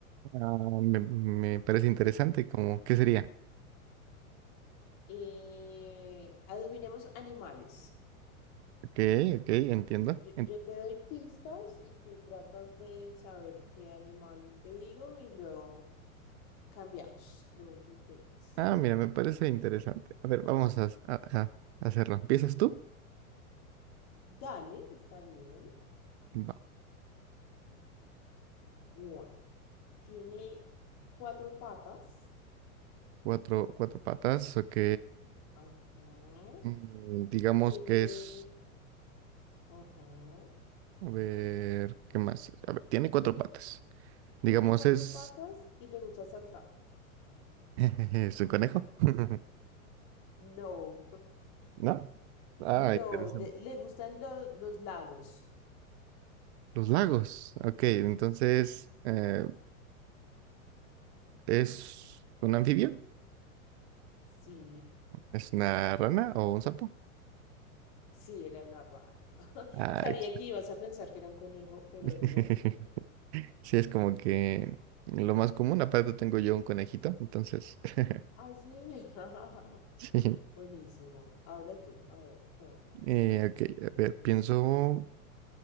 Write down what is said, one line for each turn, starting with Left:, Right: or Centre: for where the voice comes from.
Right: Ah, me, me parece interesante, como, ¿qué sería?
Left: Eh, adivinemos animales.
Right: Ok, ok, entiendo.
Left: Yo,
Right: En-
Left: yo te doy pistas y tú tratas de saber qué animal te digo y luego cambiamos. Luego tú intentas.
Right: ah, mira, me parece interesante. A ver, vamos a, a- a hacerlo. ¿Empiezas tú?
Left: Dale, está bien.
Right: Va.
Left: Bueno, tiene cuatro patas.
Right: Cuatro, cuatro patas, ok.
Left: Ajá.
Right: Mm, digamos
Left: Tiene,
Right: que es,
Left: ajá.
Right: a ver, ¿qué más? A ver, tiene cuatro patas. Digamos,
Left: Tiene cuatro
Right: es,
Left: patas y le gusta saltar.
Right: <laughs> es un conejo, <laughs>
Left: No,
Right: ¿no? Ah,
Left: no,
Right: interesante.
Left: le, le gustan lo- los lagos.
Right: Los lagos. Ok, entonces, eh, ¿es un anfibio?
Left: Sí,
Right: ¿Es una rana o un sapo?
Left: sí, era una rana. <laughs>
Right: Ay,
Left: Sabía que ibas a pensar que era un conejo, pero
Right: <laughs>
Left: no era un conejo.
Right: sí, es como que lo más común. Aparte tengo yo un conejito, entonces, <laughs>
Left: Ay, sí. <laughs>
Right: sí.
Left: Buenísimo. Ahora tú, a ver, cuéntame.
Right: Eh, ok, a ver, pienso,